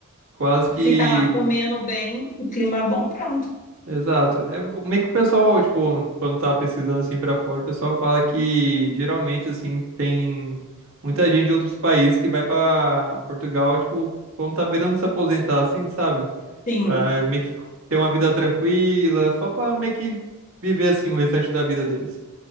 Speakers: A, on the right; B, on the left.
A: quase que...
B: Fica lá comendo bem, o clima bom, pronto.
A: Exato. É o- meio que o pessoal, tipo, quando tá pesquisando assim pra fora, o pessoal fala que geralmente assim tem muita gente de outros países que vai pra Portugal, tipo, quando tá beirando de se aposentar assim, sabe?
B: Sim,
A: Pra meio que ter uma vida tranquila, só pra meio que viver assim o restante da vida deles.